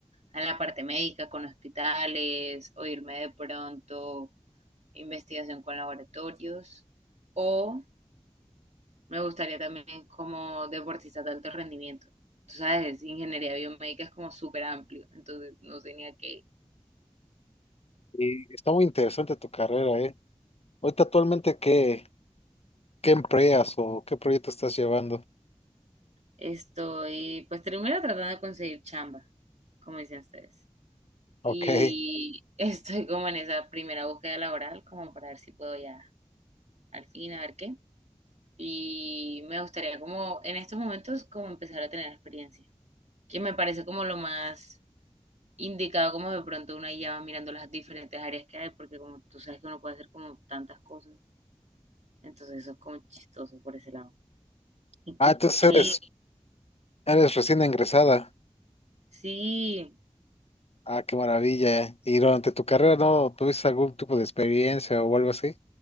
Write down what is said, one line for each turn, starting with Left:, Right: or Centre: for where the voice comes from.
Right: a la parte médica con hospitales o irme de pronto a investigación con laboratorios o Me gustaría también como deportista de alto rendimiento. Tú sabes, ingeniería biomédica es como súper amplio, entonces no tenía que ir.
Left: Y está muy interesante tu carrera, ¿eh? Ahorita actualmente, ¿qué, qué empleas o qué proyecto estás llevando?
Right: Estoy, pues primero tratando de conseguir chamba, como dicen ustedes. Y
Left: Ok.
Right: <laughs> estoy como en esa primera búsqueda laboral, como para ver si puedo ya al fin, a ver qué. Y me gustaría como en estos momentos como empezar a tener experiencia, que me parece como lo más indicado como de pronto una guía va mirando las diferentes áreas que hay, porque como tú sabes que uno puede hacer como tantas cosas, entonces eso es como chistoso por ese lado. ¿Y tú
Left: Ah, entonces
Right: qué?
Left: eres Eres recién ingresada.
Right: Sí,
Left: Ah, qué maravilla. ¿Y durante tu carrera no tuviste algún tipo de experiencia o algo así?